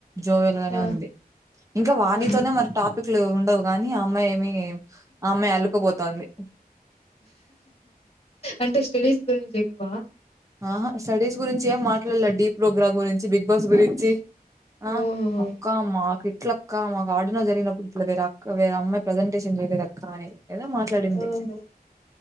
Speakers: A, on the right (about 20°); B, on the left (about 40°).
A: జోయల్ గానే
B: ఆ!
A: ఉంది ఇంకా వాణితోనే
B: ఆహా!
A: మనక్ టాపిక్లు ఉండవు కాని అమ్మాయి మీయిమ్ ఆ అమ్మాయి అల్లుకపోతంది
B: అంటే స్టడీస్ గురించ్ ఎక్కువ
A: ఆహ స్టడీస్ గురూంచ్ ఏం మాట్లాడలే డిప్ ప్రోగ్రామ్ గురించి బిగ్ బాస్ గురించి ఆ
B: ఓహోహో!
A: అక్క మాక్ ఇ ఇట్లక్క మాక్ ఆడినర్ జరిగినప్ వేరే అక్క వేరే అమ్మాయి ప్రజెంటేషన్ జెయిలేదక్క అని ఏదో మాట్లాడింది
B: ఓహో!